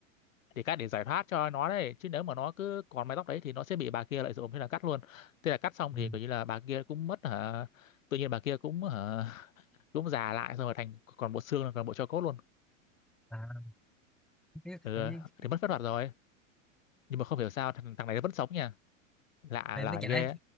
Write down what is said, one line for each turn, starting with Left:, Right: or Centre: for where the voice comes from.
Left: để cắt để giải thoát cho nó đấy chứ nếu mà nó cứ còn mái tóc đấy thì nó sẽ bị bà kia lợi dụng thế là cắt luôn thế là cắt xong
Centre: Ừ.
Left: thì coi như là bà kia cũng mất hả tự nhiên bà kia cũng hả <laughs> cũng già lại xong rồi thành còn bộ xương còn bộ tro cốt luôn
Centre: à biết
Left: ừ,
Centre: tự nhiên
Left: thì mất phép thuật rồi nhưng mà không hiểu sao thằng, thằng này nó vẫn sống nha lạ
Centre: này
Left: lời
Centre: nó chạy
Left: ghê
Centre: nãy
Left: á.